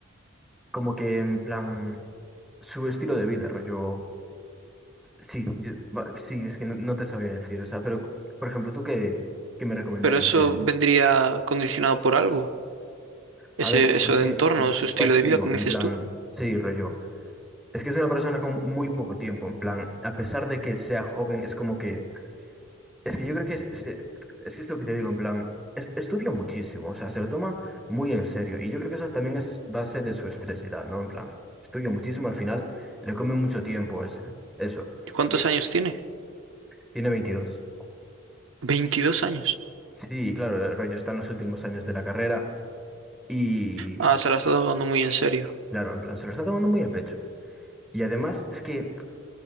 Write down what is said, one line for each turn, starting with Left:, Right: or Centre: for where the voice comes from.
Centre: como que en plan, su estilo de vida, rollo. Sí, yo- va- sí, es que no, no te sabía decir, o sea, pero, por ejemplo, ¿tú qué, qué me recomendarías?
Right: pero eso
Centre: de-
Right: vendría condicionado por algo, ese,
Centre: a ver,
Right: eso
Centre: es que
Right: de entorno, su estilo
Centre: ya te
Right: de vida,
Centre: digo,
Right: como
Centre: en
Right: dices
Centre: plan,
Right: tú.
Centre: sí, rollo. Es que es una persona con muy poco tiempo, en plan, a pesar de que sea joven, es como que, es que yo creo que es, se- es que es lo que te digo, en plan, es- estudia muchísimo, o sea, se lo toma muy en serio, y yo creo que eso también es base de su estrés y tal, ¿no? En plan, estudia muchísimo, al final le come mucho tiempo ese, eso,
Right: ¿Y ¿Cuántos
Centre: y es,
Right: años tiene?
Centre: tiene veintidós
Right: veintidós años.
Centre: Sí, claro, el rollo está en los últimos años de la carrera, y
Right: Ah, se la está tomando muy en serio.
Centre: claro, en plan, se lo está tomando muy a pecho, y además es que,